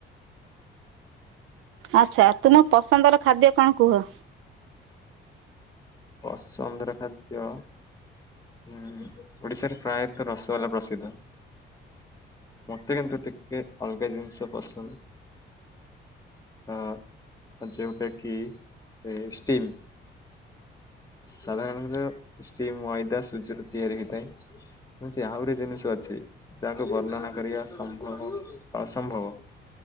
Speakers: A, on the right; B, on the left.
A: ଆଚ୍ଛା ତୁମ ପସନ୍ଦର ଖାଦ୍ୟ କଣ କୁହ?
B: ପସନ୍ଦର ଖାଦ୍ୟ ହୁଁ ଓଡିଶାରେ ପ୍ରାୟତଃ ରସଗୋଲା ପ୍ରସିଦ୍ଧ। ମତେ କିନ୍ତୁ ଟିକେ ଅଲଗା ଜିନିଷ ପସନ୍ଦ। ଅ ଯେଉଁଟା କିି ଏ ଷ୍ଟିମ୍। ସାଧାରଣତଃ ଷ୍ଟିମ ମଇଦା ସୁଜି ରୁ ତିଆରି ହେଇଥାଏ। ଏମିତି ଆହୁରି ଜିନିଷ ଅଛି। ଯାହାକୁ ବର୍ଣ୍ଣନା କରିବା ସମ୍ଭବ ଅସମ୍ଭବ।